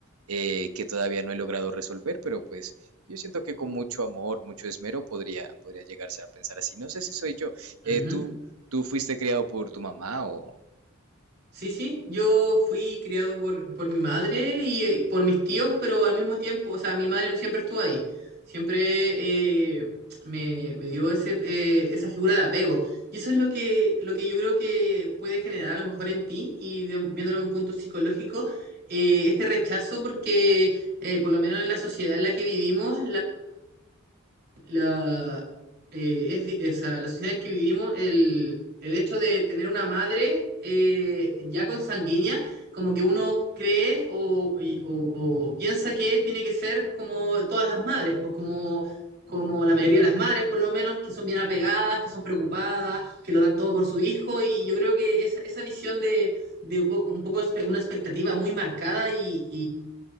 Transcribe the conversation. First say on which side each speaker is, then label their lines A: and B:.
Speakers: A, on the right; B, on the right.
A: eh, que todavía no he logrado resolver, pero pues yo siento que con mucho amor, mucho esmero podría, podría llegarse a pensar así. No sé si soy yo. Eh,
B: Ujú.
A: ¿tú, tú fuiste criado por tu mamá o...?
B: Sí, sí, yo fui criado por, por mi madre y eh, por mis tíos, pero al mismo tiempo, o sea, mi madre siempre estuvo ahí, siempre eh, me, me dio ese, eh, esa figura de apego. Y eso es lo que, lo que yo creo que puede generar a lo mejor en ti, y de- viéndolo de un punto psicológico, eh, este rechazo, porque eh, por lo menos en la sociedad en la que vivimos, la, eh, es di- esa- la sociedad en que vivimos, el, el hecho de tener una madre eh, ya consanguínea, como que uno cree o, y- o- o piensa que tiene que ser como todas las madres, pues como, como la mayoría de las madres, por lo menos, que son bien apegadas, que son preocupadas, que lo dan todo por su hijo, y yo creo que esa, esa visión de, de un po- un poco espe- una expectativa muy marcada y,